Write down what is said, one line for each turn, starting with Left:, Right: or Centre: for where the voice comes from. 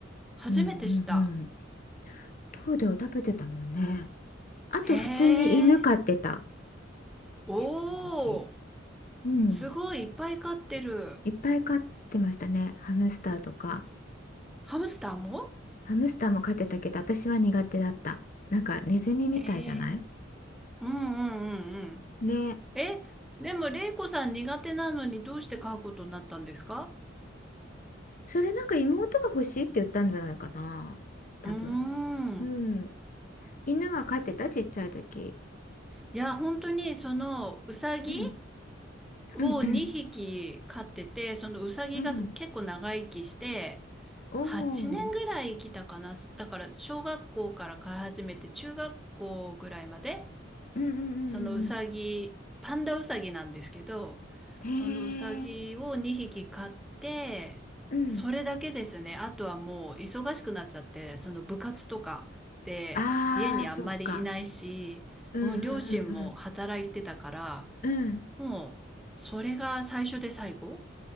Centre: 初めてした。
Left: うんうんうん。トーデを食べてたもんね。あと普通に犬飼ってた。
Centre: へえ、おー、
Left: ちっちゃい時。うん。
Centre: すごいいっぱい飼ってる。
Left: いっぱい飼ってましたね。ハムスターとか。
Centre: ハムスターも
Left: ハムスターも飼ってたけど、私は苦手だった。なんかネズミみたいじゃない
Centre: へえ。うんうんうんうん。
Left: ね。
Centre: え、でも、玲子さん苦手なのにどうして飼うことになったんですか
Left: それなんか妹が欲しいって言ったんじゃないかな。多分。
Centre: うーん。
Left: うん。犬は飼ってたちっちゃい時。
Centre: いや、本当に、その、うさぎ
Left: うん。
Centre: を2匹飼ってて、
Left: うんうん。
Centre: そのうさぎが結構長生きして、
Left: うん。おお。
Centre: 8年ぐらい生きたかな。だから、小学校から飼い始めて、中学校ぐらいまで
Left: うんうんうんうん
Centre: そのうさぎ、パンダうさぎなんですけど、
Left: うん。へえ。
Centre: そのうさぎを2匹飼って、
Left: うん。
Centre: それだけですね。あとはもう忙しくなっちゃって、その部活とかで家にあんまりいないし、
Left: ああ、そっか。うんうん
Centre: もう両親も働いてたから、
Left: うんうん。うん。
Centre: もうそれが最初で最後。